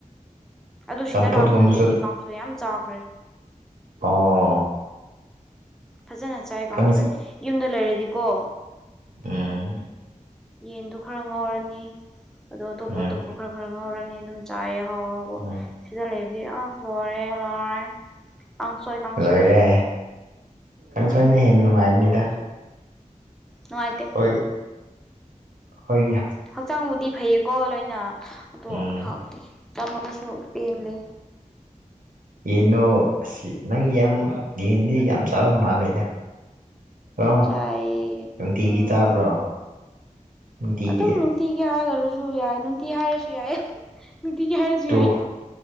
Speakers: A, in the centre; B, on the right.
A: ꯑꯗꯨ
B: ꯆꯝꯐꯨꯠꯒꯨꯝꯕꯁꯨ
A: ꯁꯤꯗ ꯂꯥꯛꯄꯗꯩꯗꯤ ꯀꯥꯡꯁꯣꯏ ꯌꯥꯝ ꯆꯥꯈ꯭ꯔꯦ
B: ꯑꯣ
A: ꯐꯖꯅ ꯆꯥꯏ ꯀꯥꯡꯁꯣꯏ
B: ꯀꯥꯡꯁ
A: ꯌꯨꯝꯗ ꯂꯩꯔꯗꯤꯀꯣ
B: ꯎꯝ
A: ꯌꯦꯟꯗꯣ ꯈꯔ ꯉꯧꯔꯅꯤ ꯑꯗꯣ ꯑꯇꯣꯞꯄ
B: ꯎꯝ
A: ꯑꯇꯣꯞꯄ ꯈꯔ ꯈꯔ ꯉꯧꯔꯅꯤ ꯑꯗꯨꯝ ꯆꯥꯏꯌꯦ ꯑꯍꯥꯎ ꯑꯍꯥꯎ ꯕꯣ
B: ꯎꯝ
A: ꯁꯤꯗ ꯂꯩꯔꯗꯤ ꯑ ꯂꯣꯏꯔꯦ ꯂꯣꯏꯔꯦ ꯀꯥꯡꯁꯣꯏꯒ
B: ꯂꯣꯏꯔꯦ ꯀꯥꯡꯁꯣꯏꯅ
A: ꯎꯝ
B: ꯍꯦꯟꯅ ꯅꯨꯉꯥꯏꯕꯅꯤꯗ
A: ꯅꯨꯉꯥꯏꯇꯦ
B: ꯍꯣꯏ ꯑꯈꯣꯏꯒꯤ
A: ꯍꯛꯆꯥꯡꯕꯨꯗꯤ ꯐꯩꯌꯦꯀꯣ ꯂꯣꯏꯅ ꯑꯗꯣ
B: ꯎꯝ
A: ꯍꯥꯎꯇꯦ ꯆꯥꯃꯜꯂꯁꯨ ꯄꯦꯟꯂꯦ
B: ꯌꯦꯅꯣ ꯑꯁꯤ ꯅꯪ ꯌꯥꯝ ꯌꯦꯟꯗꯤ ꯌꯥꯝ ꯆꯥꯕ ꯃꯥꯜꯂꯦꯗ ꯑꯥ
A: ꯆꯥꯏꯌꯦ
B: ꯅꯨꯡꯇꯤꯒꯤ
A: ꯎꯝ
B: ꯆꯥꯕ꯭ꯔꯣ ꯅꯨꯡꯇꯤꯒꯤ
A: ꯑꯗꯨꯝ ꯅꯨꯡꯇꯤꯒꯤ ꯍꯥꯏꯈ꯭ꯔꯁꯨ ꯌꯥꯏ ꯅꯨꯡꯇꯤ ꯍꯥꯏꯔꯁꯨ ꯌꯥꯏ ꯅꯨꯡꯇꯤꯒꯤ ꯍꯥꯏꯔꯁꯨ
B: ꯇꯨ
A: ꯌꯥꯏ